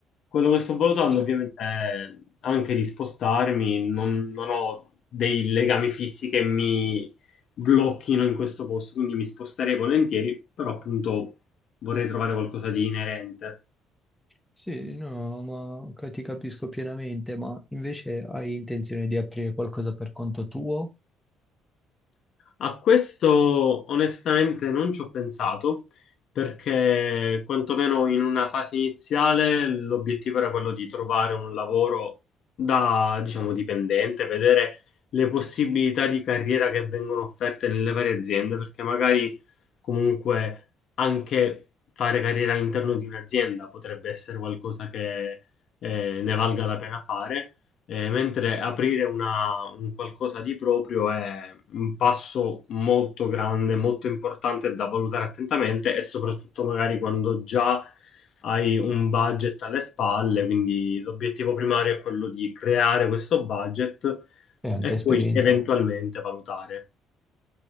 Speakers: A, on the left; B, in the centre.
A: Quello che sto valutando
B: Cioè,
A: ovviamente è anche di spostarmi, non, non ho dei legami fissi che mi blocchino in questo posto, quindi mi sposterei volentieri, però appunto vorrei trovare qualcosa di inerente.
B: sì, no, ma ca- ti capisco pienamente, ma invece hai intenzione di aprire qualcosa per conto tuo
A: A questo onestamente non ci ho pensato perché quantomeno in una fase iniziale l'obiettivo era quello di trovare un lavoro da, diciamo, dipendente, vedere le possibilità di carriera che vengono offerte nelle varie aziende, perché magari comunque anche fare carriera all'interno di un'azienda potrebbe essere qualcosa che eh, ne valga la pena fare. Eh, mentre aprire una- un qualcosa di proprio è un passo molto grande, molto importante da valutare attentamente e soprattutto magari quando già hai un budget alle spalle, quindi l'obiettivo primario è quello di creare questo budget
B: e anche
A: e
B: esperienza?
A: poi eventualmente valutare.